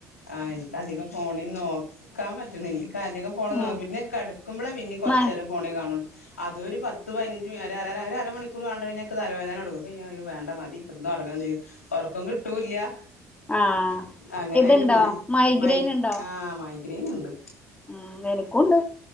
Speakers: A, on the left (about 85°); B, on the left (about 15°).
A: ആഹ ഇപ്പധികം ഫോണിന് നോക്ക ഇക്കാപറ്റ്ണില്ല ഇക്കധികം <unintelligible> ൻ പറ്റണില്ല
B: ഉം
A: <unintelligible> പിന്നെ കട്കുമ്പളെ പിന്നീം കൊറച്ചേരം
B: മ
A: ഫോണില് കാണൊള്ളു അതൊരു പത്ത് പയ്ന ഇജിം അരരര ഒരരമണിക്കൂറണ്ടയ്ഞ്ഞാല് ഇക്ക് തലവേദന ട്ങ്ങുംഅപ്പ അയ്യോ വേണ്ട മതി കെട്ന്നൊറങാന്ന് ക ഉറക്കം കിട്ടൂല്ല്യാ
B: ആഹ്
A: അങ്ങനാ
B: ഇതുണ്ടോ
A: യിട്ട്പിന്നെ
B: മൈഗ്രെയിൻ
A: മൈ ഗ്രെ
B: ഉണ്ടോ
A: ആഹ മൈഗ്രെ മൈ ഗ്രീന്ണ്ട്
B: ഉം നെനി ക്കൂണ്ട്